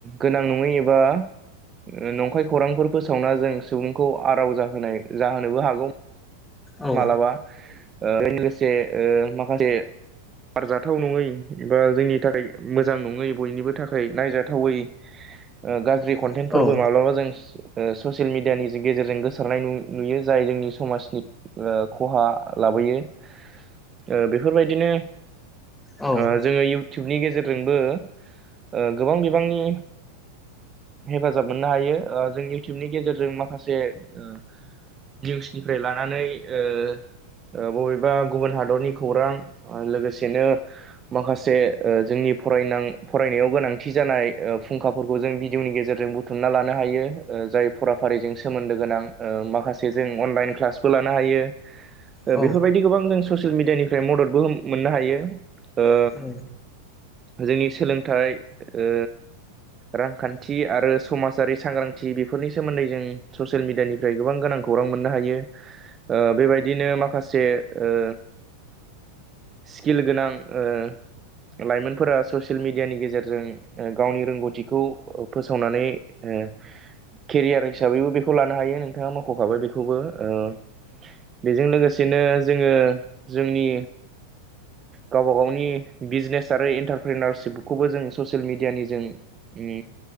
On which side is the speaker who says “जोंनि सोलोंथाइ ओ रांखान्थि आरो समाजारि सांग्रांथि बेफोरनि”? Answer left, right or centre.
Right